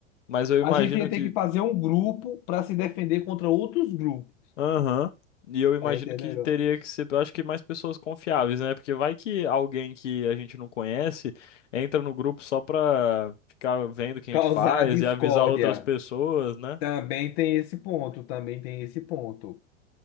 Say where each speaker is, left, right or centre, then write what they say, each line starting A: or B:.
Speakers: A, on the left (about 75°); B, on the left (about 50°).
A: Mas eu
B: A
A: imagino
B: gente ia ter
A: que.
B: que fazer um grupo para se defender contra outros grupos,
A: Aham. E eu imagino
B: tá entendendo?
A: que teria que ser, eu acho que mais pessoas confiáveis, né? Porque vai que alguém que a gente não conhece entra no grupo só pra ficar vendo o que
B: Causar
A: a gente faz
B: discórdia.
A: e avisar outras pessoas, né?
B: Também tem esse ponto, também tem esse ponto.